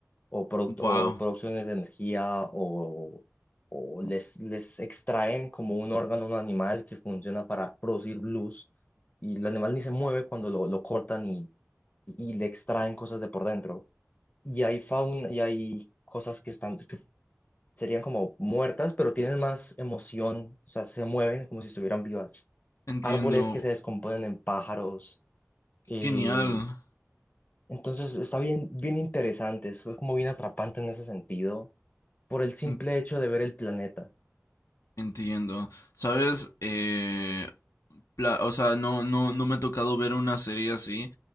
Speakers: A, on the left (about 30°); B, on the left (about 85°).
A: o, produ-
B: Wow,
A: o producciones de energía o, o les, les extraen como un órgano a un animal que funciona para producir luz y el animal ni se mueve cuando lo, lo cortan y, y le extraen cosas de por dentro. Y hay fauna y hay cosas que están, que serían como muertas, pero tienen más emoción, o sea, se mueven como si estuvieran vivas.
B: entiendo.
A: Árboles que se descomponen en pájaros. eh,
B: Genial.
A: entonces está bien, bien interesante, es como bien atrapante en ese sentido por el simple
B: En-
A: hecho de ver el planeta.
B: Entiendo. Sabes, eh, pla- o sea, no, no, no me ha tocado ver una serie así,